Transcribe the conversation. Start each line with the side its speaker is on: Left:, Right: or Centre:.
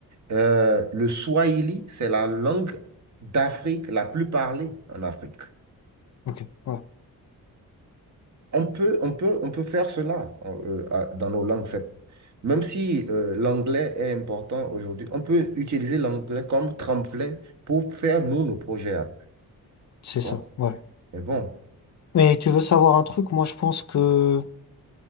Right: Euh, le swahili, c'est la langue d'Afrique la plus parlée en Afrique.
Left: Ok. Ouais.
Right: On peut, on peut, on peut faire cela euh, euh, dans nos langues. C'est- Même si euh, l'anglais est important aujourd'hui, on peut utiliser l'anglais comme tremplin pour faire, nous, nos projets après,
Left: C'est
Right: tu vois?
Left: ça. Ouais.
Right: Mais bon,
Left: Mais tu veux savoir un truc? Moi, je pense que